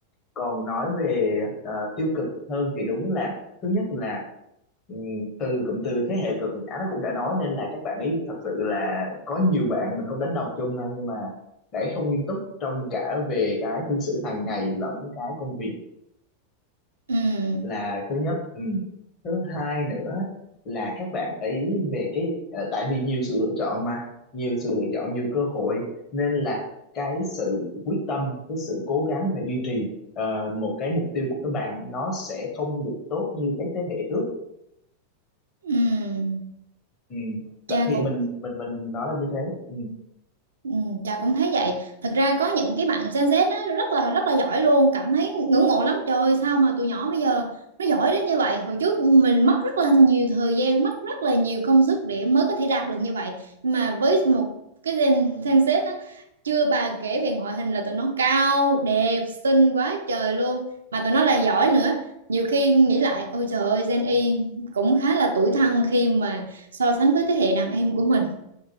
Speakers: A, on the left; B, on the right.
A: còn nói về ờ, tiêu cực hơn thì đúng là thứ nhất là ừm, từ cụm từ thế hệ cực á nó cũng đã nói nên là các bạn ấy thật sự là có nhiều bạn mình không đánh đồng chung ha, nhưng mà đã không nghiêm túc trong cả về cái cư xử hàng ngày lẫn cái công việc
B: ừ
A: là thứ nhất ừ. thứ hai nữa là các bạn ấy về cái ờ, tại vì nhiều sự lựa chọn mà nhiều sự lựa chọn nhiều cơ hội nên là cái sự quyết tâm cái sự cố gắng và duy trì ờ, một cái mục tiêu của các bạn nó sẽ không được tốt như cái thế hệ trước
B: ừ
A: ừ.
B: cha
A: Vậy thì
B: cũng
A: mình mình mình nói là như thế ừ.
B: Ừ, Trà cũng thấy vậy. Thật ra có những cái bạn Gen Z nó rất là rất là giỏi luôn, cảm thấy ngưỡng mộ lắm. Trời ơi, sao mà tụi nhỏ bây giờ nó giỏi đến như vậy? Hồi trước mình mất rất là nhiều thời gian, mất rất là nhiều công sức để mới có thể đạt được như vậy. Nhưng mà với một cái Gen, Gen Z á, chưa bàn kể về ngoại hình là tụi nó cao, đẹp, xinh quá trời luôn. Mà tụi nó là giỏi nữa. Nhiều khi nghĩ lại, ôi trời ơi, Gen Y cũng khá là tuổi thân khi mà so sánh với thế hệ đàn em của mình.